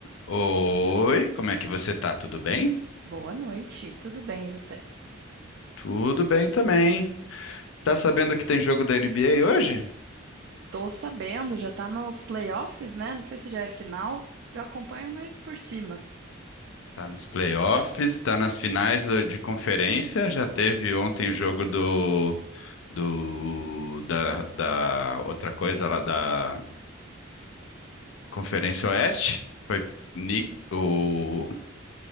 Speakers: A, on the left (about 70°); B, on the right (about 55°).
A: Oi, como é que você tá? Tudo bem?
B: Boa noite, tudo bem e você?
A: Tudo bem também. Tá sabendo que tem jogo da NBA hoje?
B: Tô sabendo, já tá nos playoffs, né? Não sei se já é final. Eu acompanho mais por cima.
A: Tá nos playoffs, tá nas finais eh, de conferência. Já teve ontem o jogo do, do da, da outra coisa lá da Conferência Oeste. Foi Knick- o,